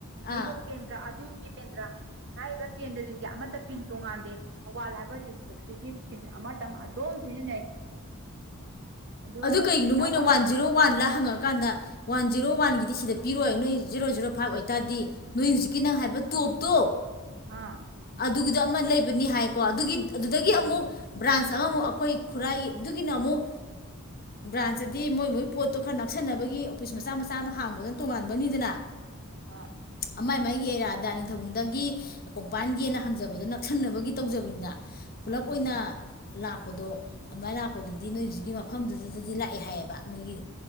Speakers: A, on the right; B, on the left.
A: ꯍꯩꯔꯣꯛ
B: ꯑꯥ
A: ꯀꯦꯟꯗ꯭ꯔ ꯑꯗꯨ ꯀꯦꯟꯗ꯭ꯔ ꯍꯥꯏꯕ ꯀꯦꯟꯗ꯭ꯔꯁꯤꯡꯁ ꯑꯃꯠꯇ ꯄꯤꯡ ꯇꯣꯉꯥꯟꯗꯦ ꯊꯧꯕꯥꯜ ꯍꯥꯏꯕ ꯗꯤꯁꯇ꯭ꯔꯤꯛꯁꯤꯒꯤ ꯄꯤꯟ ꯑꯃꯇꯪ ꯑꯗꯨꯣꯝ ꯁꯤꯖꯤꯟꯅꯩ ꯑꯗꯣ
B: ꯑꯗꯨ ꯀꯩꯒꯤꯅꯣ
A: ꯅꯪ
B: ꯃꯣꯏꯅ ꯋꯥꯟ ꯖꯤꯦꯔꯣ ꯋꯥꯟꯂꯥ ꯍꯪꯉꯛꯀꯥꯟꯗ ꯋꯥꯟ ꯖꯤꯔꯣ ꯋꯥꯟꯒꯤꯗꯤ ꯁꯤꯗ ꯄꯤꯔꯛꯣꯏ ꯅꯣꯏ ꯖꯤꯔꯣ ꯖꯤꯔꯣ ꯐꯥꯏꯚ ꯑꯣꯏꯇꯥꯔꯗꯤ ꯅꯣꯏ ꯍꯧꯨꯖꯤꯛꯀꯤ ꯅꯪ ꯍꯥꯏꯕ ꯇꯣꯞꯇꯣ
A: ꯑꯥ
B: ꯑꯗꯨꯒꯤꯗ ꯑꯃ ꯂꯩꯕꯅꯤ ꯍꯥꯏꯀꯣ ꯑꯗꯨꯒꯤ ꯑꯗꯨꯗꯒꯤ
A: ꯎꯝ
B: ꯑꯃꯨꯛ ꯕ꯭ꯔꯥꯟꯁ ꯑꯃꯃꯨꯛ ꯑꯩꯈꯣꯏ ꯈꯨꯔꯥꯏꯗꯨꯒꯤꯅ ꯑꯃꯨꯛ ꯕ꯭ꯔꯥꯟꯁꯇꯗꯤ ꯃꯣꯏ ꯃꯣꯏ ꯄꯣꯠꯇꯣ ꯈꯔ ꯅꯛꯁꯟꯅꯕꯒꯤ ꯑꯣꯐꯤꯁ ꯃꯆꯥ ꯃꯆꯥ ꯑꯃ ꯍꯥꯡꯕꯗꯅ ꯇꯣꯉꯥꯟꯕꯅꯤꯗꯅ
A: ꯑꯥ
B: ꯑꯃꯥꯏ ꯃꯥꯏꯒꯤ ꯑꯦꯔꯤꯌꯥꯗ ꯅꯤꯡꯊꯧꯗꯒꯤ ꯀꯣꯡꯄꯥꯟꯒꯤꯅ ꯍꯪꯖꯕꯗꯣ ꯅꯛꯁꯤꯟꯅꯕꯒꯤ ꯇꯧꯖꯕꯅꯤꯅ ꯄꯨꯂꯞ
A: ꯎꯝ
B: ꯑꯣꯏꯅ ꯂꯥꯛꯄꯗꯣ ꯑꯗꯨꯃꯥꯏꯅ ꯂꯥꯛꯄꯗꯗꯤ ꯅꯣꯏ ꯍꯧꯖꯤꯛꯀꯤ ꯃꯐꯝꯗꯨꯗꯗꯗꯤ ꯂꯥꯛꯑꯦ ꯍꯥꯏꯌꯦꯕ ꯅꯣꯏꯒꯤ